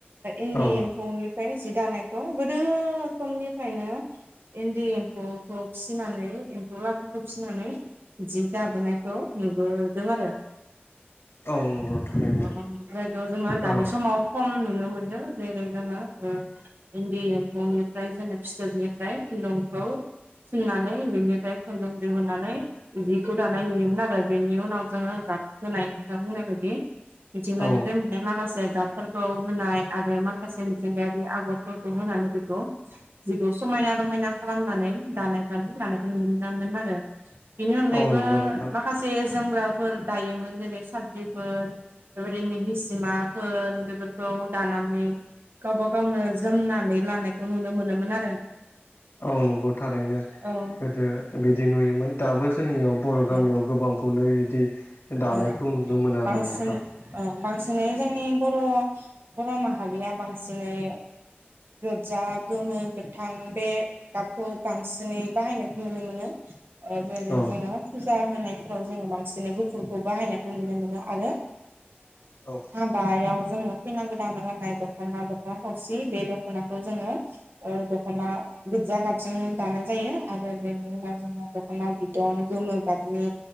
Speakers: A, on the right; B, on the left.
A: इन्दि
B: औ
A: एम्फौनि ओमफ्राय जि दानायखौ गोदो समनिफ्रायनो इन्दि एम्फौखौ फिसिनानै एम्फौ लाथाखौ फिसिनानै जि जाबोनायखौ नुबोदों आरो
B: औ नंगौ थारैनो
A: जायगायाव जोङो दानि
B: औ
A: समाव खम नुनो मोनदों जेरै जोङो इन्दि एम्फौनिफ्राय जोङो फिथोबनिफ्राय लंखौ फुननानै बेनिफ्राय खुन्दुं दिहुननानै जि खौ दानाय नुयोमोन आरो बेनि उनाव जोङो गाब होनाय नोंथां बुंनाय बादि मिथिंगानिफ्राय
B: औ
A: मोन्नाय माखासे गाब फोरखौ होनाय आरो माखासे मिथिंगायारि आगरफोरखौ होनानै बेखौ जिखौ समायना रमायना खालामनानै दानाय लानायखौ नुनो मोनामोन आरो बेनि अनगायैबो
B: औ नंगौ नोंथां
A: माखासे जोमग्राफोर दायोमोन जेरै साद्रिफोर बेबायदिनो सिमाफोर बेफोरखौ दानानै गावबा गावनो जोमनानै लानायखौ नुनो मोनोमोन आरो
B: औ नंगौ थारैनो
A: औ
B: गोदो बिदि नुयोमोन दाबो जोंनियाव बर'
A: नंगौ
B: गामियाव गोबां जिखौनो बिदि दानायखौ
A: औ
B: नुनो मोना
A: बांसिन
B: आरो नोंथां
A: बांसिनै जोंनि बर' बर' माहारिया बांसिनै गोजा गोमो गोथां बे गाबखौ बांसिनै बाहायनायखौ नुनो मोनो जेबो
B: औ
A: जोङो फुजा होनायफोराव जोङो बांसिन खौ बाहायनायखौ नुनो मोनो आरो
B: औ
A: हाबायाव जोङो खैना गोदान गाननाय दख'ना दख'ना थावसि बे दख'नाखौ जोङो दख'ना गिर्जा गाबजों दानाय जायो आरो बेनि उनाव जोङो गोबां दखना बिदन गोमो गाबनि